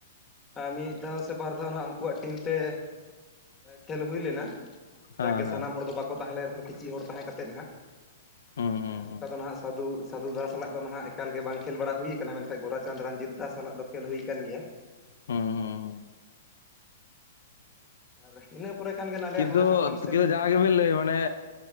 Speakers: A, on the left; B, on the left.
A: ᱟᱨ ᱢᱤᱫ ᱫᱷᱟᱣ ᱥᱮ ᱵᱟᱨ ᱫᱷᱟᱣ ᱱᱟᱦᱟᱜ ᱩᱱᱠᱩᱣᱟᱜ ᱴᱤᱢ ᱛᱮ ᱠᱷᱮᱞ ᱦᱩᱭ ᱞᱮᱱᱟ᱾
B: ᱦᱮᱸ
A: ᱡᱟᱜᱠᱜᱮ
B: ᱦᱮᱸ
A: ᱥᱟᱱᱟᱢ ᱦᱚᱲ ᱫᱚ ᱵᱟᱠᱚ ᱛᱟᱦᱮᱸ ᱞᱮᱱ ᱨᱮᱦᱚᱸ ᱠᱤᱪᱷᱤᱩ ᱦᱚᱲ ᱛᱟᱦᱮᱸ ᱠᱟᱛᱮᱫ ᱦᱟᱸᱜ᱾
B: ᱦᱩᱸ ᱦᱩᱸ
A: ᱦᱮᱸ
B: ᱦᱩᱸ
A: ᱚᱱᱠᱟ ᱫᱚ ᱱᱟᱦᱟᱜ ᱥᱟᱫᱷᱩᱼᱼ ᱥᱟᱫᱷᱩ ᱫᱟ ᱥᱟᱞᱟᱜ ᱫᱚ ᱱᱟᱦᱟᱜ ᱮᱠᱟᱞ ᱜᱮ ᱵᱟᱝ ᱠᱷᱮᱞ ᱵᱟᱲᱟ ᱦᱩᱭᱟ ᱠᱟᱱᱟ ᱢᱮᱱᱠᱷᱟᱱ ᱜᱳᱨᱟᱪᱟᱸᱫᱽ ᱨᱚᱧᱡᱤᱛ ᱫᱟ ᱥᱟᱞᱟᱜ ᱫᱚ ᱠᱷᱮᱞ ᱦᱩᱭ ᱟᱠᱟᱱ ᱜᱮᱭᱟ᱾
B: ᱦᱩᱸ ᱦᱩᱸ ᱦᱩᱸ
A: ᱟᱫᱚ ᱤᱱᱟᱹ ᱯᱚᱨᱮᱼᱼ ᱠᱷᱟᱱ ᱜᱮ ᱟᱞᱮᱭᱟᱜ
B: ᱠᱤᱱᱛᱩ
A: ᱱᱚᱣᱟ ᱡᱷᱟᱲᱠᱷᱚᱸᱰ ᱥᱮᱱᱼᱼ
B: ᱠᱤᱱᱛᱩ ᱡᱟᱦᱟᱸ ᱜᱮᱵᱤᱱ ᱞᱟᱹᱭ ᱢᱟᱱᱮ